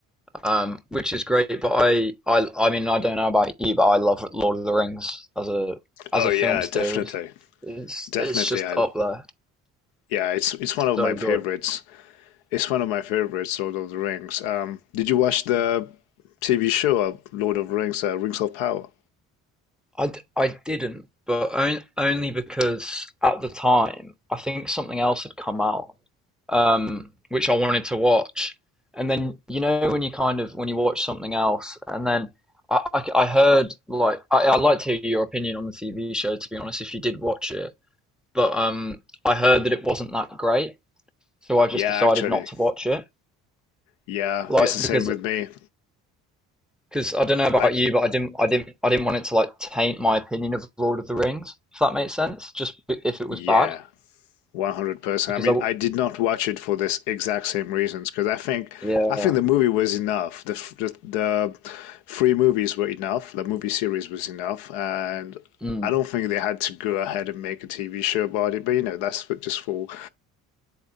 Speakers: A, in the centre; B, on the left.
A: um, which is great. But I, I, I mean, I don't know about you, but I love Lord of the Rings as a as
B: Oh
A: a
B: yeah,
A: film series.
B: definitely.
A: It's
B: Definitely
A: it's just
B: I
A: up there,
B: yeah, it's it's
A: so
B: one of my favorites.
A: good.
B: It's one of my favorites, Lord of the Rings. Um, did you watch the TV show uh, Lord of the Rings, uh, Rings of Power?
A: I I d- I didn't, but on, only because at the time I think something else had come out, um, which I wanted to watch. And then you know when you kind of when you watch something else, and then I, I, I heard like I, I'd like to hear your opinion on the TV show to be honest, if you did watch it. But um, I heard that it wasn't that great, so I just
B: Yeah,
A: decided
B: actually.
A: not to watch it,
B: Yeah,
A: like
B: it's the same
A: because
B: with me.
A: because I don't know about
B: I
A: you, but I didn't, I didn't, I didn't want it to like taint my opinion of Lord of the Rings, if that makes sense. Just b- if it
B: yeah.
A: was bad,
B: 100%.
A: because
B: I mean,
A: I, w-
B: I did not watch it for this exact same reasons because I think
A: yeah,
B: I think the movie was enough. The, the the three movies were enough. The movie series was enough, and
A: mm,
B: I don't think they had to go ahead and make a TV show about it. But you know, that's for, just for